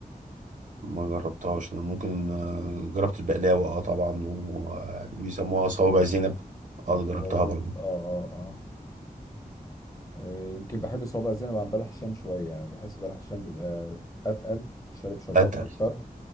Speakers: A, on the right; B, on the left.
A: ما جربتهاش انا ممكن آه، جربت البقلاوه اه طبعا وبيسموها صوابع زينب اه جربتها
B: صوابع زينب
A: برضو
B: اه اه اه آه، يمكن بحب صوابع زينب عن بلح الشام شويه بحس بلح الشام بيبقى اتقل شارب شربات
A: اتقل
B: اكتر